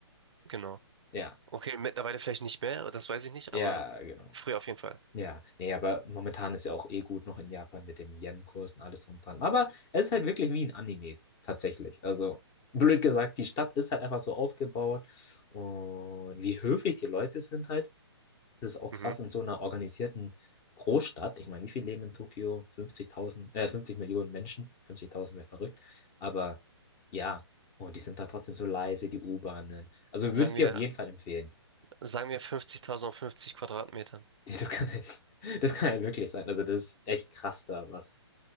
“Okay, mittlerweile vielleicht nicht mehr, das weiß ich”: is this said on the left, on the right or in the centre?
Right